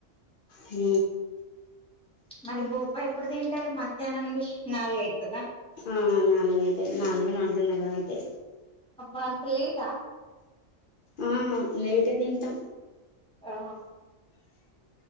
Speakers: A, on the left; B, in the centre.
A: హ
B: మరి బొవబ్బ ఎప్పుడు తింటారు మధ్యాహ్నంది నాలుగవుతుందా
A: ఆ నాలుగు అయితే నాలుగు నాలుగు నాలువ అయితే
B: హబ్బా అంత లేలీటా
A: ఆ లేట్ అయిది ఇంతా
B: ఆ